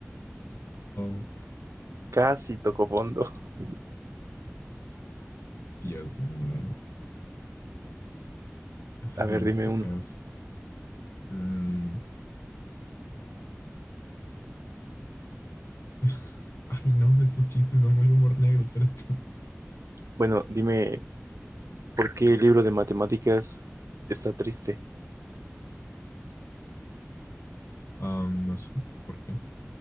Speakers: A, on the left (about 70°); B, on the right (about 80°).
A: Oh,
B: Casi tocó fondo. <laughs>
A: Dios mío. Ay,
B: A ver,
A: no,
B: dime
A: qué
B: uno.
A: feos. Mm. <laughs> Ay, no, estos chistes son muy humor negro, espérate.
B: Bueno, dime, ¿por qué el libro de matemáticas está triste?
A: Um, no sé por qué.